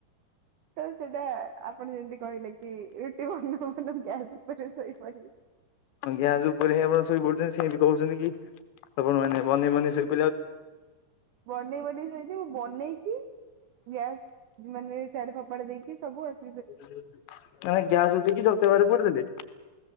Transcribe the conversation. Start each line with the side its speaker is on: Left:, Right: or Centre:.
Right: ତ ସେଇଟା। ଆପଣ ଯେମିତି କହିଲେ କି ରୁଟି ବନଉ ବନଉ ଗ୍ୟାସ୍ ଉପରେ ଶୋଇପଡିଲେ।
Left: ହଁ ଗ୍ୟାସ ଉପରେ ହିଁ ଆପଣ ଶୋଇ ପଡୁଛନ୍ତି ସେମତି କହୁଛନ୍ତି କି ଆପଣ ମାନେ ବନେଇ ବନେଇ ଶୋଇପଡିଲି।
Right: ବନେଇ ବନେଇ ଶୋଇଛି ମୁଁ ବନେଇକି ବ୍ୟାସ ମାନେ ସିଆଡେ ଫପାଡ ଦେଇକି ସବୁ ଅଛି।
Left: ନା ଗ୍ୟାସ ଉ ଦେଇକିତେବାର କରିଦେଲି <inaudible>